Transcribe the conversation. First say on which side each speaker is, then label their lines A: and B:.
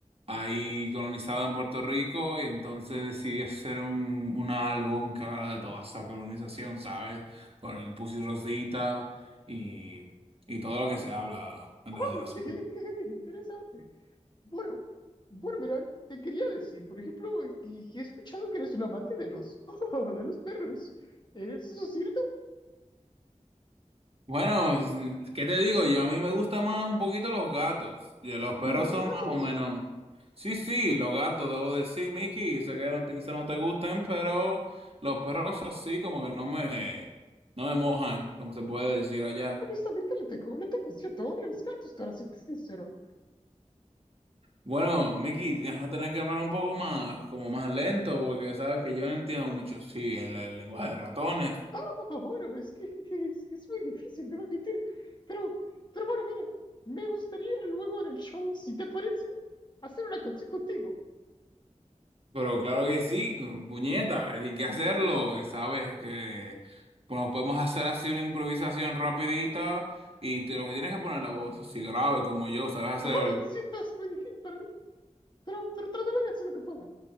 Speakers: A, on the right; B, on the left.
A: ahí colonizado en Puerto Rico y entonces decidí hacer un, un álbum que hablara de toda esa colonización, ¿sabes? Por el Pussy Rosita y, y todo lo que se habla en
B: ¡Ay,
A: las generaciones.
B: qué, qué interesante! Bueno, bueno, mira, te quería decir, por ejemplo, que, que he escuchado que eres un amante de los, <laughs> de los perros. ¿Es eso cierto?
A: Bueno, ¿qué te digo? Yo a mí me gustan más un poquito los gatos. Y los perros
B: Los
A: son
B: gatos.
A: más o menos. Sí, sí, los gatos, debo decir, Mickey. Sé que no te, quizá no te gusten, pero los perros así como que no me, no me mojan, como se puede decir allá.
B: Honestamente, le tengo, le tengo un cierto odio a los gatos, para serte sincero.
A: Bueno, Mickey, vas a tener que hablar un poco más, como más lento, porque sabes que yo no entiendo mucho, sí, el, el lenguaje de ratones.
B: Ah, bueno, es que es, que es muy difícil, debo admitir. Pero, pero bueno, mira, me gustaría luego en el show, si te parece, hacer una canción contigo.
A: Pero claro que sí, puñeta, hay que hacerlo, ¿sabes? Que bueno, podemos hacer así una improvisación rapidita y te, lo que tienes que poner la voz así grave como yo, ¿sabes? Hacer
B: Oh,
A: el...
B: lo siento, es muy difícil para mí, pero, pero trataré de hacer lo que pueda.